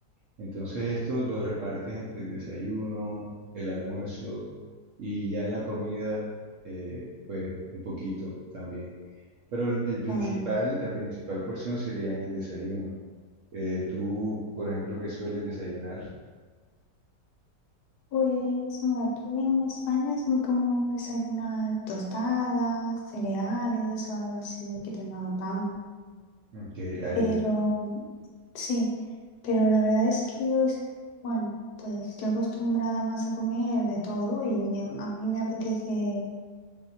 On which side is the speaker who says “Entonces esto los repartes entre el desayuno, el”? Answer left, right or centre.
Right